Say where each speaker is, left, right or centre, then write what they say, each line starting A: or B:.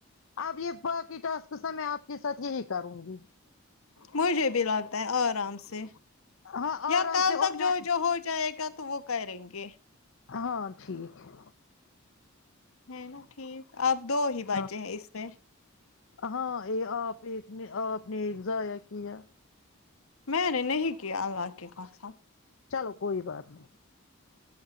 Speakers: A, on the left; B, on the left.
A: اب یہ باقی ٹاسک س میں آپ کے ساتھ یہی کروں گی
B: مجھے بھی لگتا ہے آرام سے
A: ہاں آرام
B: یا کال
A: سے
B: تک
A: اور
B: جو
A: میں
B: جو ہو جائے گا تو وہ کریں گے
A: ہاں ٹھیک ہے
B: ہے نا ٹھیک آپ دو ہی بچے
A: ہاں
B: ہیں اس میں
A: ہاں یہ آپ ایک نے آپ نے ایک ضایا کیا
B: میں نے نہیں کیا اللہ کی قسم
A: چلو کوئی بات نہیں